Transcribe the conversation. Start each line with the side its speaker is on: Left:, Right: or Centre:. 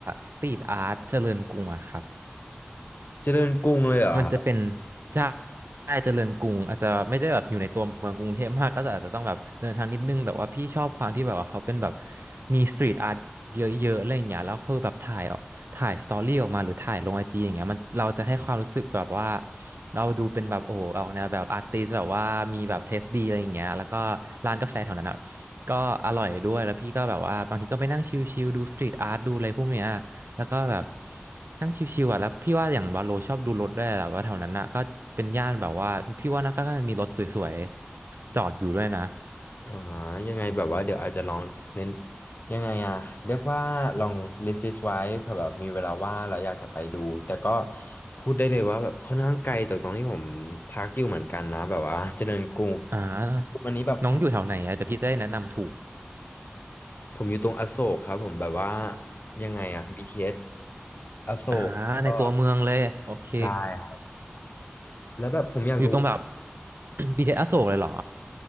Right: สตรีทอาร์ตเจริญกรุงอะครับ
Left: เจริญกรุงเลยเหรอครับ
Right: มันจะเป็นใช่เจริญกรุงอาจจะไม่ได้แบบอยู่ในตัวเมืองกรุงเทพมากก็จะอาจจะต้องแบบเดินทางนิดนึงแต่ว่าพี่ชอบความที่แบบว่าเขาเป็นแบบมีสตรีทอาร์ตเยอะๆอะไรอย่างเงี้ยแล้วคือแบบถ่ายออกถ่ายสตอรี่ออกมาหรือถ่ายลงไอจีอย่างเงี้ยมันเราจะให้ความรู้สึกแบบว่าเราดูเป็นแบบโอ้โหออกแนวแบบอาร์ติสแบบว่ามีแบบเทสดีอะไรอย่างเงี้ยแล้วก็ร้านกาแฟแถวนั้นอ่ะก็อร่อยด้วยแล้วพี่ก็แบบว่าบางทีก็ไปนั่งชิลๆดูสตรีทอาร์ตดูอะไรพวกเนี้ย แล้วก็แบบนั่งชิวๆอ่ะแล้วพี่ว่าอย่างบาโลชอบดูรถด้วยแหละว่าแถวนั้นน่ะก็เป็นย่านแบบว่าพี่ว่าน่าก็น่าจะมีรถสวยๆจอดอยู่ด้วยนะ
Left: อ่ายังไงแบบว่าเดี๋ยวอาจจะลองเน้นยังไงอะเรียกว่าลอง list it ไว้เผื่อแบบมีเวลาว่างเราอยากจะไปดูแต่ก็พูดได้เลยว่าแบบค่อนข้างไกลจากตรงที่ผมพักอยู่เหมือนกันนะแบบว่าเจริญกรุง
Right: อ่าน้องอยู่แถวไหนอ่ะแต่พี่จะได้แนะนำถูก
Left: วันนี้แบบฟังผมอยู่ตรงอโศกครับผมแบบว่ายังไงอะ BTS อสอโศกแล้วก็
Right: อ่าในตัวเมืองเลยโอเค
Left: ใช่ครับแล้วแบบผมอยากรู้
Right: อยู่ตรงแบบ <coughs> BTS อสอโศกเลยเหรอ